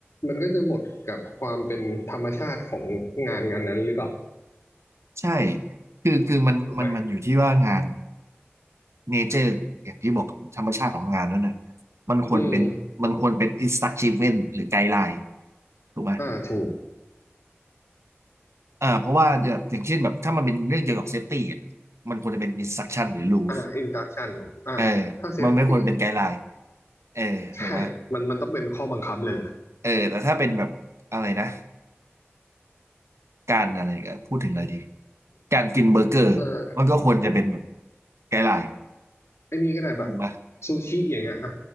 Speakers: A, on the left; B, on the right.
A: มันก็จะหมดกับความเป็นธรรมชาติของงานงานนั้นหรือเปล่า
B: ใช่คือคือมันมันมันอยู่ที่ว่างาน
A: ถูกไหม
B: เนเจอร์อย่างที่บอกธรรมชาติของงานนั้นน่ะมันควรเป็นมันควรเป็น
A: อืม
B: instruction หรือไกด์ไลน์ถูกไหม
A: อ่าถูก
B: อ่าเพราะว่าแบบอย่างเช่นแบบถ้ามันเป็นเรื่องเกี่ยวกับเซฟตี้อ่ะมันควรจะเป็น instruction หรือ rules
A: อ่า induction อ่าถ้า
B: เออ
A: safety
B: มันไม่ควรเป็นไกด์ไลน์เออถูกไหม
A: ใช่มันมันต้องเป็นข้อบังคับเลยแหละ
B: เออแต่ถ้าเป็นแบบอะไรนะการอะไรก็พูดถึงอะไรดีการกินเบอร์เกอร์มันก็ควรจะเป็นแบบ
A: เออ
B: ไกด์ไลน์
A: ไอ้นี่ก็ได้แบบ
B: ถูกไหม
A: ซูชิอย่างเงี้ยอ่ะ